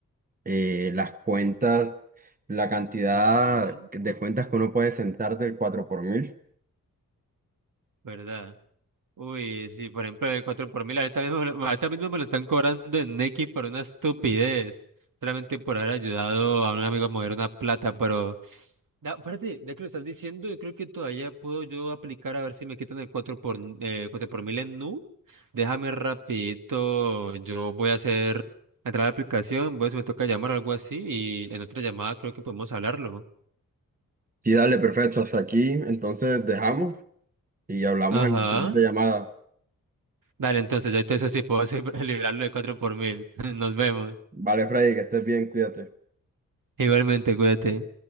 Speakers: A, on the right; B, on the right.
A: eh, las cuentas, la cantidad
B: ujú,
A: de cuentas que uno puede sentar del 4 por mil?
B: ¿Verdad? Uy, sí, por ejemplo, el 4 por mil, ahorita mismo, me lo- ahorita mismo me lo están cobrando en Nequi por una estupidez, solamente por haber ayudado a un amigo a mover una plata, pero... Da- Aparte, ya que lo estás diciendo, yo creo que todavía puedo yo aplicar a ver si me quitan el cuatro por, eh, 4 por mil en Nu. Déjame rapidito, yo voy a hacer, entrar a la aplicación, voy a ver si me toca llamar o algo así y en otra llamada creo que podemos hablarlo.
A: Sí, dale, perfecto, hasta aquí, entonces dejamos y hablamos
B: Ajá.
A: en la siguiente llamada.
B: Dale, entonces ya entonces sí puedo hacer- <laughs> liberarlo de 4 por mil. <laughs> Nos vemos.
A: Vale, Freddy, que estés bien, cuídate.
B: Igualmente, cuídate.